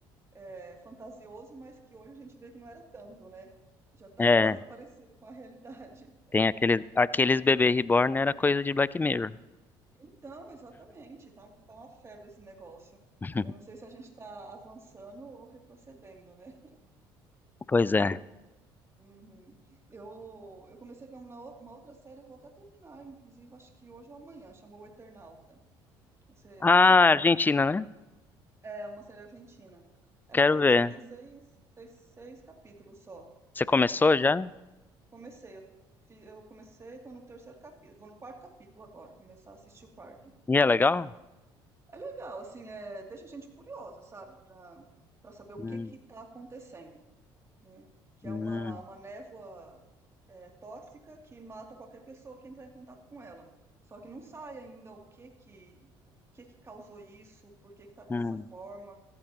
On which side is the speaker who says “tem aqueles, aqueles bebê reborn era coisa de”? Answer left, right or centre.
Left